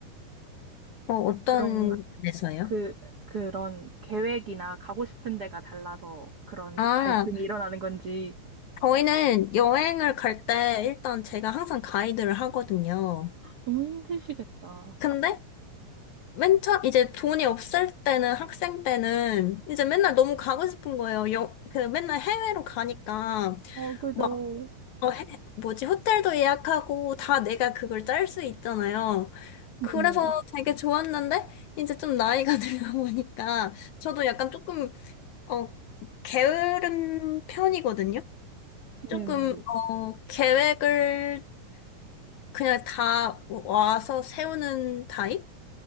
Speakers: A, on the left; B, on the right.
A: 어, 어떤
B: 그런 건,
A: 데서요?
B: 그, 그런 계획이나 가고 싶은 데가 달라서 그런
A: 아,
B: 갈등이 일어나는 건지
A: 저희는 여행을 갈 때 일단 제가 항상 가이드를 하거든요.
B: 너무 힘드시겠다.
A: 근데 맨 처음, 이제 돈이 없을 때는, 학생 때는, 이제 맨날 너무 가고 싶은 거예요. 여, 그, 맨날 해외로 가니까,
B: 어, 그죠.
A: 막, 어, 해, 뭐지, 호텔도 예약하고, 다 내가 그걸 짤 수 있잖아요.
B: 네네.
A: 그래서 되게 좋았는데, 이제 좀 나이가 <laughs> 들다 보니까, 저도 약간 조금, 어, 게으른 편이거든요? 조금,
B: 네네.
A: 어, 계획을 그냥 다 와서 세우는 타입?